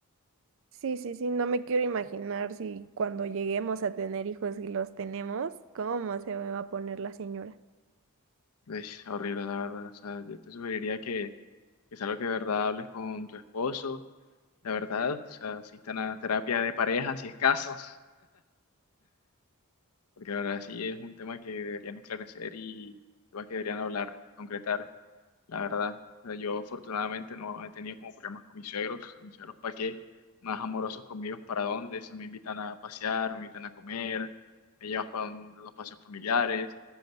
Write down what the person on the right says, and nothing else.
Sí, sí, sí, no me quiero imaginar si cuando lleguemos a tener hijos y los tenemos, cómo se va a poner la señora.